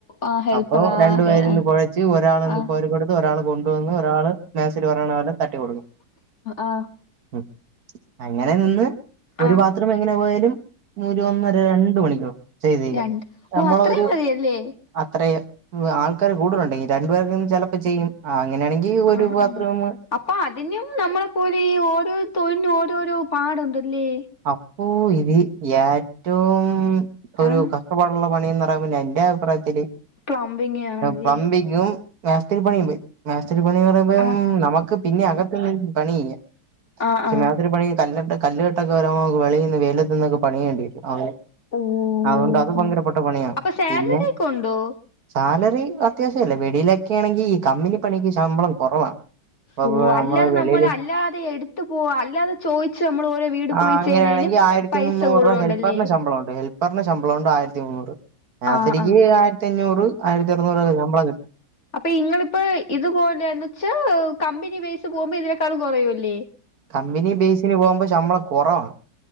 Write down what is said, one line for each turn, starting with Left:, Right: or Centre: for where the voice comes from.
Left: ആ ഹെൽപ്പറാ
Right: അപ്പൊ രണ്ടു
Left: അതെ
Right: പേര് ഇരുന്ന്
Left: ആഹ്
Right: കൊഴച്ച് ഒരാള് നിന്ന്
Left: ആഹ്
Right: കോരി കൊടുത്ത് ഒരാൾ കൊണ്ടുവന്ന് ഒരാള് മേശിരി പറയണ പോലെ തട്ടി കൊടുക്കും
Left: ആഹ്
Right: ഉം അങ്ങനെ നിന്ന് ഒരുപാ
Left: ആഹ്
Right: മാത്രം എങ്ങനെ പോയാലും ഒരു ഒന്നര രണ്ട് മണിക്കൂറ് ചെയ്ത്
Left: രണ്ട്
Right: നമ്മളൊ
Left: ഓ അത്രയും
Right: ഒരു
Left: മതിയല്ലേ
Right: അത്രേയും ആൾക്കാര് കൂടുതലുണ്ടെങ്കില് രണ്ടു പേർക്കന്ന് ചിലപ്പോ ചെയ്യും ആ അങ്ങനെയാണെങ്കിൽ ഒരു
Left: ആഹ്
Right: ബാത്റൂം
Left: ആഹ് അപ്പൊ അതിനും നമ്മളെപ്പോലെ ഈ ഓരോ തൊഴിലിനും ഓരോരോ പാട് ഉണ്ടല്ലേ
Right: അപ്പോൊ ഇത് ഏറ്റവും ഒരു
Left: ആഹ്
Right: കഷ്ടപ്പാടുള്ള പണിറയുംഎന്റെ അഭിപ്രായത്തില്
Left: പ്ലംബിംഗ് ആണല്ലേ
Right: പ്ലബിങ്ങും മേസ്തിരി പണിയ പോയി മേസ്തിരി പണി പറയുമ്പം
Left: ആഹ്
Right: നമുക്ക് പിന്നെ അകത്ത പണി ചെയ്യാം. പക്ഷെ
Left: ആഹ് ആഹ്
Right: മാതൊരു പണി കല്ലട്ട കല്ലെട്ടൊക്കെ വരാമ്പൊ വെളിയിൽന്ന് വെയിലത്ത് നിന്നൊക്കെ പണിയ്യേണ്ടി വരും.
Left: ഓ
Right: അതുകൊണ്ട് അത് ഭയങ്കരപ്പെട്ട
Left: ഓ
Right: പണിയാ
Left: അപ്പൊ സാലറി
Right: പിന്നേ
Left: ഒക്കെ ഉണ്ടോ
Right: സാലറി അത്യാവശ്യംല്ലേ വെളിയിലൊക്കെ ആണെങ്കിൽ ഈ കമ്പിൂഊനി പണിക്ക് ശമ്പളം കുറവാണ്. അപ്പൊ
Left: ഓഹ് അല്ലാതെ
Right: നമ്മള് വെളിയില്
Left: നമ്മൾ അല്ലാതെ എടുത്ത പോവാ അല്ലാതെ ചോദിച്ചച്ച് നമ്മൾ ഓരോ വീട് പോയി
Right: ആഹ് അങ്ങനെയണെങ്കിൽ
Left: ചെയ്യണേന്
Right: ആയിരത്തി
Left: പൈസ
Right: മുന്നൂറൂ
Left: കൂടുതലുണ്ടല്ലേ
Right: ഹെൽപ്പറിന് ശമ്പളം ഉണ്ട് ഹെപ്പർ പറഞ്ഞ ശമ്പളം ഉണ്ട് ആയിരത്തി മൂുന്നൂറ്
Left: ആഹ്
Right: സരിക്ക്
Left: ആഹ്
Right: ആയിരത്തി അഞ്ഞൂറ് ആയിരത്തി അറുനൂറ്ല്ല ശമ്പളം കിട്ടും.
Left: അപ്പൊ ഇങ്ങളിപ്പ ഇത്പോലലന്ന് വച്ചാ കമ്പനി ബേസ് പോകുമ്പോ ഇതിനേക്കാളും കൊറയൂല്ലേ-
Right: കമ്പനി ബേസിന് പോകുമ്പ ശമ്മള കൊറവാ